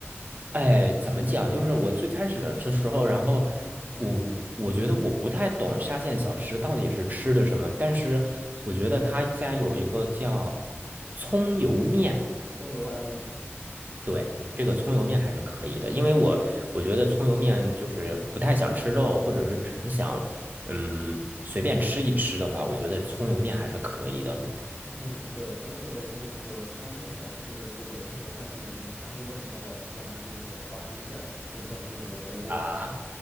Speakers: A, on the right; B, on the left.
A: 哎，怎么讲？就是我最开始的时候，然后我我觉得我不太懂沙县小吃到底是吃的什么，但是我觉得他家有一个叫葱油面。
B: 葱油拌面。
A: 对，这个葱油面还是可以的，因为我我觉得葱油面就是不太想吃肉，或者是只是想嗯随便吃一吃的话，我觉得葱油面还是可以的。
B: 嗯，对，而且那个沙县小吃的这个葱油拌面里面，他会问你要不要加那个花生酱。我不知道你有没有被问过，
A: 啊，